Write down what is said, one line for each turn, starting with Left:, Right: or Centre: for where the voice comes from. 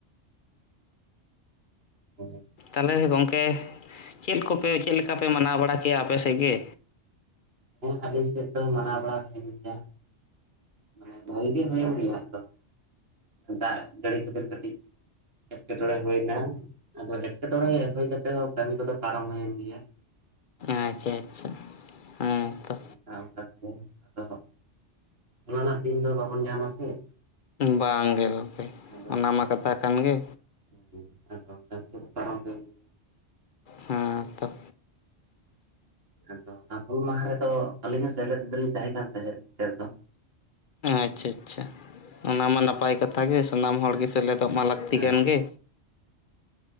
Right: <inaudible>
Left: ᱛᱟᱦᱚᱞᱮ ᱜᱚᱝᱠᱮ ᱪᱮᱫ ᱠᱚᱯᱮ ᱪᱮᱫ ᱞᱮᱠᱟᱯᱮ ᱢᱟᱱᱟᱣ ᱵᱟᱲᱟ ᱠᱮᱭᱟ ᱟᱯᱮᱥᱮᱫ ᱜᱮ?
Right: ᱦᱮᱸ ᱟᱹᱞᱤᱧ ᱥᱮᱫ ᱫᱚ ᱢᱟᱱᱟᱣ ᱵᱟᱲᱟ ᱦᱩᱭᱮᱱ ᱜᱮᱭᱟ ᱢᱟᱱᱮ ᱵᱷᱟᱜᱤ ᱜᱮ ᱦᱩᱭᱩᱜ ᱜᱮᱭᱟ ᱟᱫᱚ ᱫᱟᱜ ᱡᱟᱹᱲᱤ ᱠᱷᱟᱹᱛᱤᱨ ᱠᱟᱹᱴᱤᱡ ᱮᱴᱠᱮᱴᱚᱬᱮ ᱦᱩᱭ ᱮᱱᱟ ᱟᱫᱚ ᱮᱴᱠᱮᱴᱚᱬᱮ ᱦᱩᱭ ᱠᱟᱛᱮᱜ ᱦᱚᱸ ᱠᱟᱹᱢᱤ ᱠᱚᱫᱚ ᱯᱟᱨᱚᱢ ᱦᱩᱭᱮᱱ ᱜᱮᱭᱟ
Left: ᱟᱪᱪᱷᱟ - ᱟᱪᱪᱷᱟ ᱦᱮᱸ ᱛᱚ
Right: ᱚᱱᱠᱟ ᱚᱱᱠᱟ ᱛᱮᱜᱮ ᱟᱫᱚ ᱚᱱᱟᱢᱟ ᱫᱤᱱ ᱫᱚ ᱵᱟᱵᱚᱱ ᱧᱟᱢᱟ ᱥᱮ
Left: ᱵᱟᱝ ᱜᱮ ᱜᱚᱝᱠᱮ
Right: ᱟᱫᱚ
Left: ᱚᱱᱟ ᱢᱟ ᱠᱟᱛᱷᱟ ᱠᱟᱱ ᱜᱮ
Right: <unintelligible> ᱯᱟᱨᱚᱢ ᱦᱩᱭᱮᱱ ᱜᱮᱭᱟ
Left: ᱦᱮᱸ ᱛᱚ
Right: ᱟᱫᱚ ᱚᱱᱟ ᱦᱩᱞ ᱢᱟᱦᱟ ᱨᱮᱫᱚ ᱟᱹᱞᱤᱧ ᱦᱚᱸ ᱥᱮᱞᱮᱫ ᱫᱚᱞᱤᱧ ᱛᱟᱦᱮᱸ ᱠᱟᱱ ᱛᱟᱦᱮᱸᱫ ᱥᱮᱴᱮᱨ ᱫᱚ
Left: ᱟᱪᱪᱷᱟᱼᱟᱪᱪᱷᱟ ᱚᱱᱟ ᱢᱟ ᱱᱟᱯᱟᱭ ᱠᱟᱛᱷᱟ ᱜᱮ, ᱥᱟᱱᱟᱢ ᱦᱚᱲ ᱜᱮ ᱥᱮᱞᱮᱫᱚᱜ ᱢᱟ ᱞᱟᱹᱠᱛᱤ
Right: ᱦᱮᱸ
Left: ᱠᱟᱱ ᱜᱮ